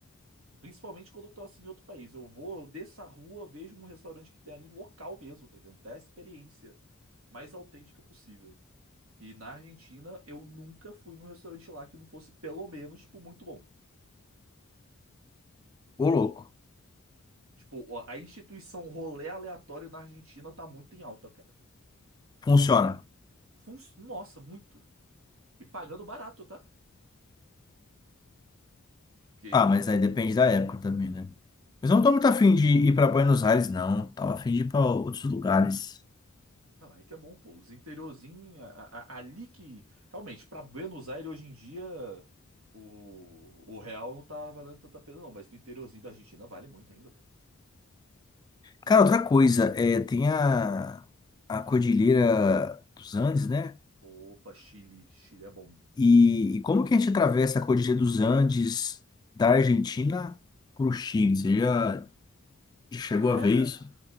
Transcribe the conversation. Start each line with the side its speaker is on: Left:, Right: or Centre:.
Right: Principalmente quando eu tô assim em outro país. Eu vou, eu desço a rua, vejo um restaurante que tem ali local mesmo, tá entendendo? Até a experiência mais autêntica possível. E na Argentina, eu nunca fui num restaurante lá que não fosse, pelo menos, tipo, muito bom.
Left: Ô, louco.
Right: Tipo, ó, a instituição rolê aleatório na Argentina tá muito em alta, cara.
Left: Funciona.
Right: Fun- Nossa, muito. E pagando barato, tá? Porque.
Left: Ah, mas aí depende
Right: oh,
Left: da época também, né? Mas eu não tô muito afim de ir pra Buenos Aires, não. Tava afim de ir pra outros lugares.
Right: Não, aí que é bom, pô. Os interiorzinhos, a- a- a- ali que. Realmente, pra Buenos Aires hoje em dia, o, o real não tá valendo tanta pena, não. Mas no interiorzinho da Argentina vale muito ainda, pô.
Left: Cara, outra coisa, é, tem a, a Cordilheira dos Andes, né?
Right: Opa, Chile. Chile é bom.
Left: E, e como que a gente atravessa a Cordilheira dos Andes da Argentina pro Chile? Você já chegou
Right: Cara,
Left: a ver isso?